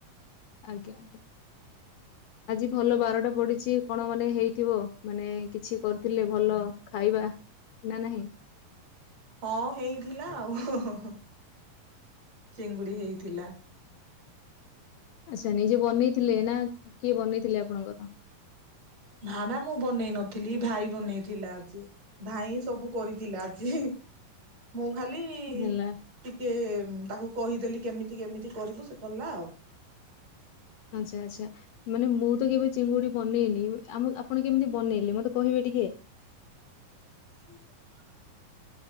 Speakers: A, on the left (about 80°); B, on the right (about 50°).
A: ଆଜ୍ଞା ଆଜ୍ଞା। ଆଜି ଭଲ ବାରଟା ପଡିଛି କଣ ମାନେ ହେଇଥିବ ମାନେ କିଛି କରିଥିଲେ ଭଲ ଖାଇବା ନା ନାହିଁ?
B: ହଁ ହେଇଥିଲା ଆଉ ହଁ ହଁ ହଁ ଚିଙ୍ଗୁଡି ହେଇଥିଲା।
A: ଆଚ୍ଛା ନିଜେ ବନେଇଥିଲେ ନା କିଏ ବନେଇଥିଲେ ଆପଣଙ୍କର?
B: ନା ନା ମୁଁ ବନେଇ ନଥିଲି ଭାଇ ବନେଇଥିଲା ଆଜି। ଭାଇ ସବୁ କରିଥିଲା ଆଜି ମୁଁ ଖାଲି
A: ହେଲା
B: ଟିକେ ତାକୁ କହିଦେଲି କେମିତି କେମିତି କରିବୁ ସେ କଲା ଆଉ।
A: ଆଚ୍ଛା ଆଚ୍ଛା। ମାନେ ମୁଁ ତ କେବେ ଚିଙ୍ଗୁଡି ବନେଇନି ଆମ ଆପଣ କେମିତି ବନେଇଲେ ମତେ କହିବେ ଟିକେ?
B: <inaudible>